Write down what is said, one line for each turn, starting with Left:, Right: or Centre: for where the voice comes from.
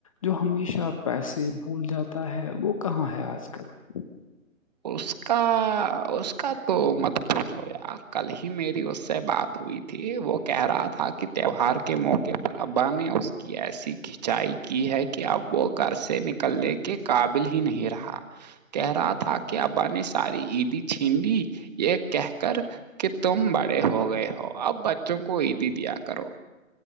Left: جو ہمیشہ پیسے بھول جاتا ہے وہ کہاں ہے آج کل
Right: اس کا اس کا تو مت پوھو کل ہی میری اس سے بات ہوئی تھی تھی وہ کہہ رہا تھا کہ تہوار کے موقع پر ابا نے اس کی ایسی کھنچائی کی ہے کہ اب وہ گھر سے نکلنے کے قابل ہی نہیں رہا
Left: <inaudible>
Right: کہہ رہا تھا کہ اب ا نے ساری عیدی چھین لی یہ کہ کر کہ تم بڑے ہو گئے ہو اپ بچوں کو ا بھی دیا کرو